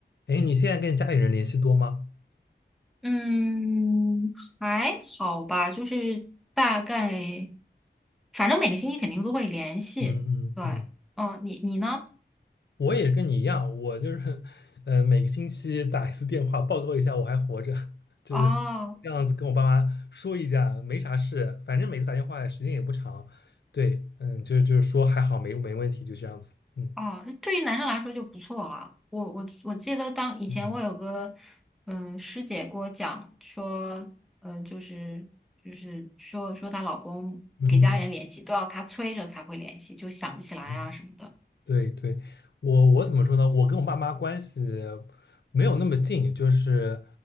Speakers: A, on the left; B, in the centre.
A: 哎，你现在跟家里人联系多吗？
B: 嗯，还好吧，就是大概，反正每个星期肯定都会联系。
A: 嗯嗯嗯，
B: 对，哦，你你呢？
A: 我也跟你一样，我就是，呃，每个星期打一次电话，报告一下我还活着，<laughs> 就是这样子跟我爸妈说一下，
B: 哦
A: 没啥事，反正每次打电话时间也不长，对，嗯，就就是说还好没没问题，就这样子，嗯
B: 哦，那对于男生来说就不错了。我我我记得当以前我有个
A: 嗯，
B: 嗯师姐给我讲说，呃，就是就是说说她老公给家里人联系都要她催着才会联系，
A: 嗯。
B: 就想不起来啊什么的。
A: 嗯对对，我我怎么说呢？我跟我爸妈关系没有那么近，就是，